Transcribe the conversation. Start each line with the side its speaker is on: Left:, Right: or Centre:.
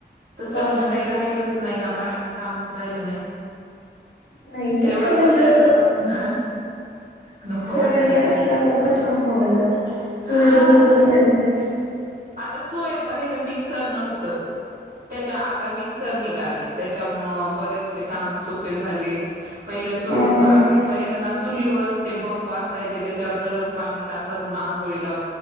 Right: तसं
Left: हो
Right: आता
Left: ना
Right: काही राहिलच नाही ना बाहेर ना कामच राहिलं नाही.
Left: नाही. पटकन
Right: तेवढं
Left: म्हणजे
Right: पण त्यांना
Left: असं
Right: नको नको
Left: सगळं
Right: वाटायला
Left: हे
Right: लागली
Left: असल्यामुळे पटकन होऊन जातं.
Right: हा
Left: सुविधा भरपूर निवडल्या आहे.
Right: आता सोय पहिलं मिक्सर नव्हतं, त्याच्या आता मिक्सर निघालय त्याच्या मग बरेचसे काम सोपे झालेत. पहिलं चू
Left: हा हा
Right: आणि
Left: हा
Right: पहिलं ना चुलीवर ते बंब असायचे त्याच्यावर गरम पाणी ता करून आंघोळी ला